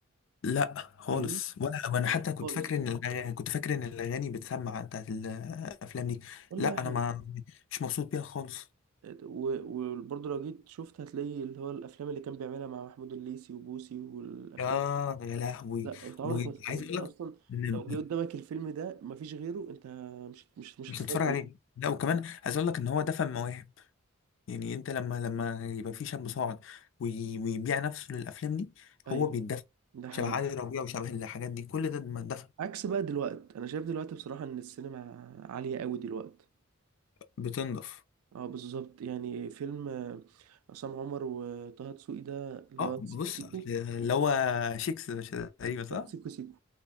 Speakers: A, on the left; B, on the right.
A: لا خالص
B: فاهمني
A: ولا انا
B: يعني
A: حتى كنت
B: خالص
A: فاكر ان الأغاني... كنت فاكر ان الاغاني بتسمع بتاعت الافلام دي
B: ولا
A: لا
B: اي حاجه
A: انا ما مش مبسوط بيها خالص
B: و- وبرضه لو جيت شفت هتلاقي اللي هو الافلام اللي كان بيعملها مع محمود الليثي وبوسي والافلام
A: يا يا لهوي
B: لا انت عمرك
A: وعايز
B: ما ت- يعني
A: اقول
B: انت اصلا
A: لك إن
B: لو جه قدامك الفيلم ده مفيش غيره انت مش مش مش
A: مش
B: هتتفرج
A: هتتفرج
B: عليه
A: عليه لا وكمان عايز اقول لك ان هو دفن مواهب يعني انت لما لما يبقى في شاب صاعد وي- ويبيع نفسه للافلام دي
B: ايوه
A: هو بيتدفن
B: ده حقيقي
A: شبه علي ربيع وشبه الحاجات دي كل ده ما اتدفن
B: عكس بقى دلوقتي انا شايف دلوقتي بصراحة ان السينما عالية قوي دلوقتي
A: بتنضف
B: اه بالظبط يعني فيلم آه، عصام عمر وطه دسوقي ده اللي
A: اه
B: هو
A: بص
B: سيكو سيكو
A: أصل اللي هو شيكس مش تقريبا صح؟
B: لا سيكو سيكو